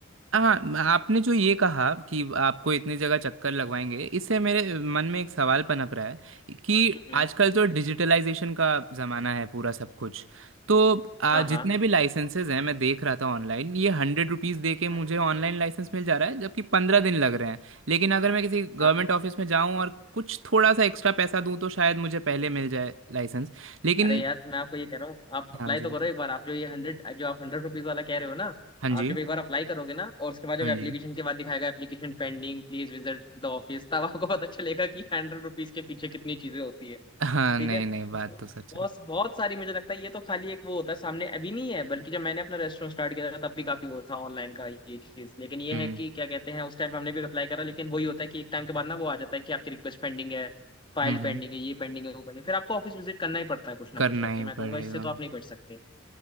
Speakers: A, on the right; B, on the left.
A: हाँ म- आपने जो ये कहा कि आपको इतनी जगह चक्कर लगवाएंगे इससे मेरे मन में एक सवाल पनप रहा है कि
B: हम्म हम्म,
A: आजकल तो डिजिटलाइजेशन का ज़माना है पूरा सब कुछ तो आ,
B: हाँ
A: जितने
B: हाँ
A: भी लाइसेंसेज हैं मैं देख रहा था ऑनलाइन ये हंड्रेड रुपीज़ दे के मुझे
B: हाँ
A: ऑनलाइन लाइसेंस मिल जा रहा है जबकि पंद्रह दिन लग रहे हैं लेकिन अगर मैं किसी गवर्नमेंट
B: हाँ
A: ऑफिस में जाऊं और कुछ थोड़ा सा एक्स्ट्रा पैसा दूं तो शायद मुझे पहले मिल जाए लाइसेंस लेकिन
B: अरे यार मैं आपको ये कह रहा हूँ आप अप्लाई
A: हाँ जी
B: तो
A: बताइए
B: करो एक बार आप जो ये हंड्रेड जो आप हंड्रेड रुपीज वाला कह रहे हो ना
A: हाँ जी
B: आप जब एक बार अप्लाई करोगे ना और उसके बाद जब
A: हाँ
B: एप्लीकेशन
A: जी
B: के बाद दिखाएगा application pending please visit the office तब आपको पता चलेगा कि हंड्रेड रुपीज के पीछे कितनी चीजें होती है
A: हाँ
B: ठीक
A: नहीं
B: है
A: नहीं बात
B: तो
A: तो सच
B: बहुत
A: है
B: बहुत सारी मुझे लगता है ये तो खाली एक वो होता है सामने अभी नहीं है बल्कि जब मैंने अपना रेस्टोरेंट स्टार्ट किया था तब भी काफी वो था ऑनलाइन का ये चीज लेकिन ये
A: हम्म
B: है कि क्या कहते हैं उस टाइम पे हमने भी अप्लाई करा लेकिन वही होता है कि एक टाइम के बाद ना वो आ जाता है कि आपकी रिक्वेस्ट पेंडिंग है फाइल
A: हम्म
B: पेंडिंग
A: हम्म
B: है ये पेंडिंग है वो पेंडिंग फिर आपको ऑफिस विजिट करना ही पड़ता है कुछ ना
A: करना
B: कुछ करके
A: ही
B: मैं कहूंगा
A: पड़ेगा
B: इससे तो आप नहीं बच सकते